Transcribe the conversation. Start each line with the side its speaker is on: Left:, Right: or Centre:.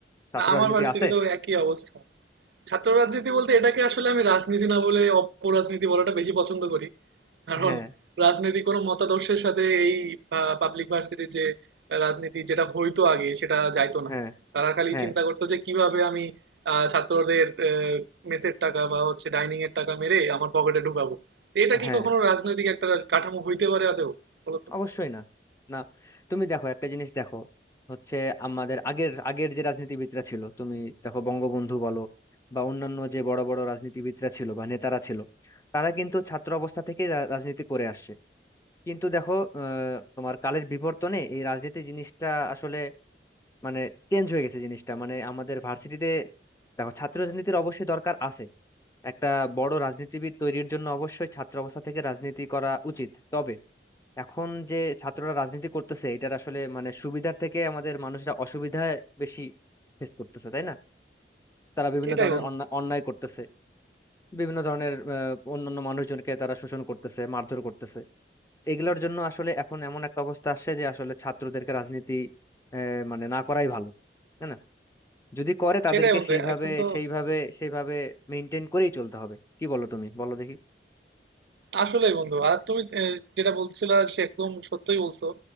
Left: ছাত্র
Right: না আমার
Left: রাজনীতি
Right: ভার্সিটিতেও
Left: আছে
Right: একই অবস্থা ছাত্র রাজনীতি বলতে এটাকে আসলে আমি রাজনীতি না বলে অপরাজনীতি বলাটা বেশি পছন্দ করি কারণ
Left: হ্যাঁ
Right: রাজনীতি কোনো মতাদর্শের সাথে এই পাবলিক ভার্সিটির যে রাজনীতি যেটা হইতো আগে সেটা যাইতো না
Left: হ্যাঁ
Right: তারা খালি
Left: হ্যাঁ
Right: চিন্তা করতো যে কিভাবে আমি আহ, ছাত্রদের মেসের টাকা বা হচ্ছে ডাইনিং এর টাকা মেরে আমার পকেটে ঢুকাবো তো এটা কি
Left: হ্যাঁ
Right: কখনো রাজনৈতিক একটা কাঠামো হইতে পারে আদৌ বলতো
Left: অবশ্যই না না তুমি দেখো একটা জিনিস দেখো হচ্ছে আমাদের আগের আগের যে রাজনীতিবিদরা ছিল তুমি দেখো বঙ্গবন্ধু বলো বা অন্যান্য যে বড় বড় রাজনীতিবিদরা ছিল বা নেতারা ছিল তারা কিন্তু ছাত্র অবস্থা থেকে রা- রাজনীতি করে আসছে কিন্তু দেখো আহ, তোমার কালের বিবর্তনে এই রাজনীতি জিনিসটা আসলে মানে চেঞ্জ হয়ে গেছে জিনিসটা মানে আমাদের ভার্সিটিতে দেখো ছাত্র রাজনীতির অবশ্যই দরকার আছে একটা বড় রাজনীতিবিদ তৈরির জন্য অবশ্যই ছাত্র অবস্থা থেকে রাজনীতি করা উচিত তবে এখন যে ছাত্ররা রাজনীতি করতেছে এটার আসলে মানে সুবিধার থেকে আমাদের মানুষরা অসুবিধা বেশি ফেস করতেছে তাই না তারা বিভিন্ন
Right: সেটাই
Left: ধরনের
Right: বন্ধু
Left: অন্যা- অন্যায় করতেছে বিভিন্ন ধরনের আহ, অন্যান্য মানুষজনকে তারা শোষণ করতেছে মারধর করতেছে এগুলোর জন্য আসলে এখন এমন একটা অবস্থা আসছে যে আসলে ছাত্রদেরকে রাজনীতি আহ, মানে না করাই ভালো তাই না যদি করে তাদেরকে
Right: সেটাই বন্ধু
Left: সেইভাবে
Right: এখন তো
Left: সেইভাবে সেইভাবে মেনটেন করেই চলতে হবে কি বলো তুমি বলো দেখি
Right: আসলেই বন্ধু আর তুমি আহ, যেটা বলছিলা সে একদম সত্যই বলছো